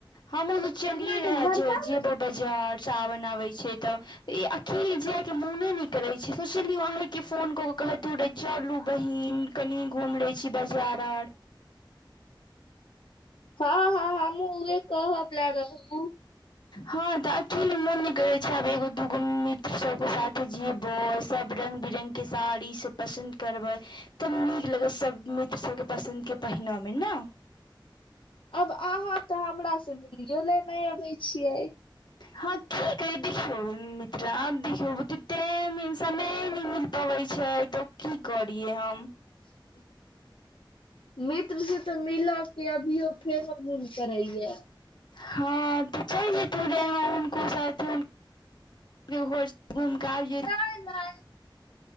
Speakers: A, on the left; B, on the left.
A: हम्हु सोचलिये
B: हमरा
A: रहय
B: तऽ बड़का
A: जे
B: बड़का
A: जेबय बजा जार सावन आबय छै तब यै अकेले जाए
B: <inaudible>
A: में नै करय छै सोचलिए अहें के फोन क कै कहतू रहय चलू बहिन कनि घुम लै छी बाजार आर
B: हां-हां हम्हुं उहे कहय बला रहु।
A: हां तै अकेले मोन नै करय छै, आब एगो-दूगो मित्र सबके साथे जेबय सब रंग-बिरंग के साड़ी सब पसन्द करबै। तब नीक लगय छै, सब मित्र सबके पसन्द के पहिनै मे नै।
B: आब अहाँ तै हमरा से मिलयो लै नै अबैय छीयै।
A: हां की भेलय देखियौ मित्र आब देखियौ <unintelligible> समय
B: <inaudible>
A: होय छै तै की करियै हम।
B: <unintelligible> मित्र से तऽ मिला के अभियो फेरो मून करय यै।
A: हां तै चैल जेतो रहय अहां हुनको साथे। जो घर से घूमऽ के आएब जहिये।
B: नहि नहि